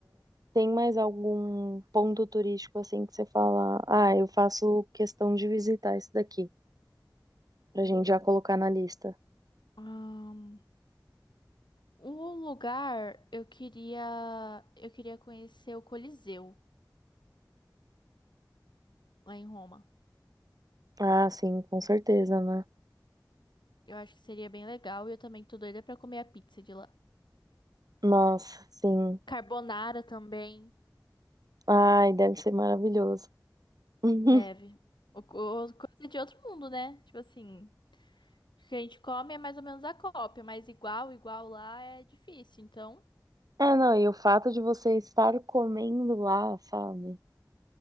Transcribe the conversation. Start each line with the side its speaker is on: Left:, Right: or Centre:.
Right: tem mais algum ponto turístico assim que você fala, ah, eu faço questão de visitar isso daqui, pra gente já colocar na lista.
Left: ahn, um lugar eu queria eu queria conhecer o Coliseu lá em Roma.
Right: Ah, sim, com certeza, né?
Left: Eu acho que seria bem legal e eu também tô doida pra comer a pizza de lá.
Right: Nossa, sim.
Left: Carbonara também
Right: Ai, deve ser maravilhoso. <laughs>
Left: deve. O, o- coisa de outro mundo, né? Tipo assim, O que a gente come é mais ou menos a cópia, mas igual, igual lá é difícil. Então,
Right: É, não, e o fato de você estar comendo lá, sabe?